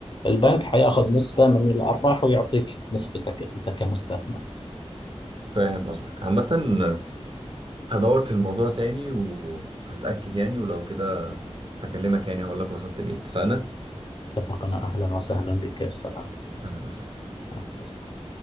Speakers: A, on the left; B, on the right.
A: البنك حياخذ نسبة من الأرباح ويعطيك نسبتك أنت كمستثمر
B: فاهم قصدك عامة هدور في الموضوع تاني وهتأكد يعني ولو كده هكلمك يعني هقول لك وصلت لإيه اتفقنا؟
A: اتفقنا أهلا وسهلا بك السلام
B: أهلا وسهلا
A: عليكم.